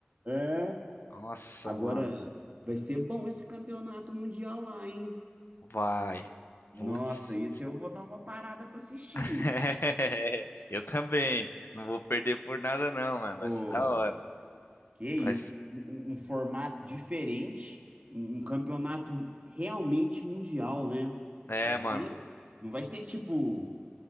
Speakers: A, on the right; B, on the left.
A: É.
B: Nossa,
A: Agora
B: mano.
A: vai ser bom esse campeonato mundial lá, hein?
B: Vai.
A: Nossa,
B: Putz.
A: isso eu vou dar uma parada pra assistir.
B: <laughs> Eu também. Não vou perder por nada, não, mano.
A: Pô,
B: Vai ser da hora.
A: que isso?
B: Vai... ser-
A: Um, um- um formato diferente, um, um campeonato realmente mundial, né?
B: É,
A: Vai ser,
B: mano.
A: não vai ser tipo